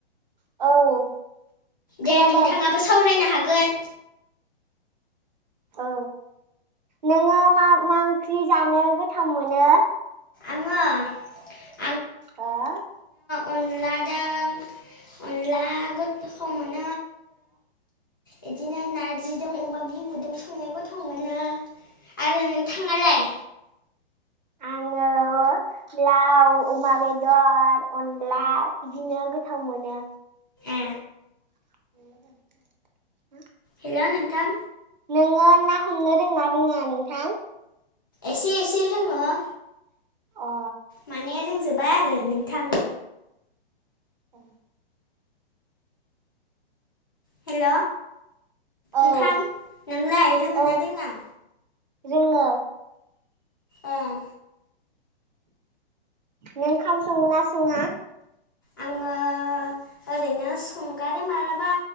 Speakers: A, on the right (about 45°); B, on the left (about 20°).
A: औ खोनादों
B: दे नोंथाङाबो सावरायनो हागोन
A: औ नोङो मा मा ओंख्रि जानो गोथाव मोनो
B: आङो
A: ह
B: अनला दां अनला गोथखौ मोनो बिदिनो नार्जिजों अमा बिमुजों संनाय गोथाव मोनो आरो नोंथाङालाय
A: आङो लाव, अमा, बेदर, अनला बिदिनो गोथाव मोनो
B: द
A: <inaudible>
B: हेल' नोंथां
A: नोङो ना हमनो रोंना रोङा नोंथां
B: एसे एसे रोङो
A: अ
B: माने रोंजोबा आरो नोंथां।
A: <inaudible>
B: हेल' नोंथां
A: औ
B: नोंलाय रोङोना
A: औ
B: लोङा?
A: रोङो।
B: ओं।
A: नों खाम सङोना सङा? <inaudible>
B: आङो ओरैनो संगारो मालाबा